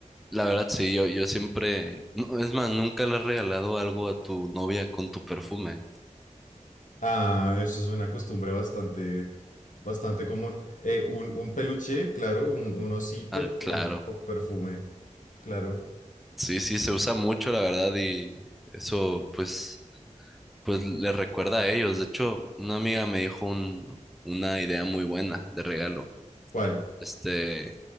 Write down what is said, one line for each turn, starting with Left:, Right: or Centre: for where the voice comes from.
Centre: La verdad, sí, yo, yo siempre, no, es más, nunca le has regalado algo a tu novia con tu perfume.
Left: Ah, eso es una costumbre bastante, bastante común. Eh, un, un peluche, claro, un, un osito
Centre: Ah,
Left: con,
Centre: claro.
Left: con perfume, claro.
Centre: Sí, sí, se usa mucho, la verdad, y eso pues, pues les recuerda a ellos. De hecho, una amiga me dijo un- una idea muy buena de regalo.
Left: ¿Cuál?
Centre: Este,